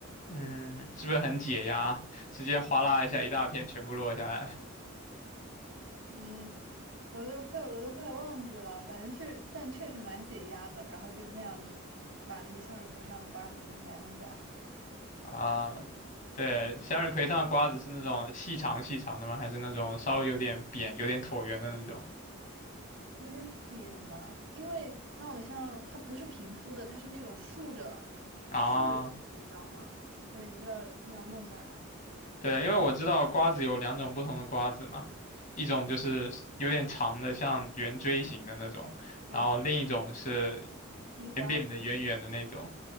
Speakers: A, on the left; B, on the right.
A: 嗯，是不是很解压？直接哗啦一下，一大片全部落下来
B: 嗯，我都快我都快忘记了，反正确但确实蛮解压的，然后就那样子把那个向日葵上的瓜子弄下来弄下来，
A: 啊！对，
B: <laughs> 嗯，
A: 向日葵上的瓜子是那种细长细长的吗？还是那种稍微有点扁、有点椭圆的那种？
B: 有点扁嘛，因为它好像它不是平铺的，它是那种竖着竖着的，
A: 啊，
B: 你知道吗？对，你就要那样弄下来。
A: 对，因为我知道瓜子有两种不同的瓜子嘛，一种就是有点长的，像圆锥形的那种，
B: 嗯，
A: 然后另一种是
B: 西瓜子
A: 扁扁的、圆圆的那种。